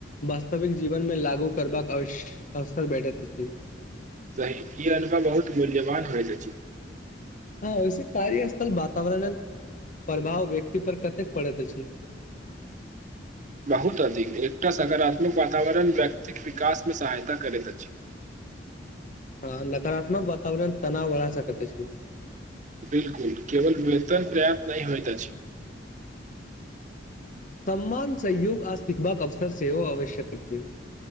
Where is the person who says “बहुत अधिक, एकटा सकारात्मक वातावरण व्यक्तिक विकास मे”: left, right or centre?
Right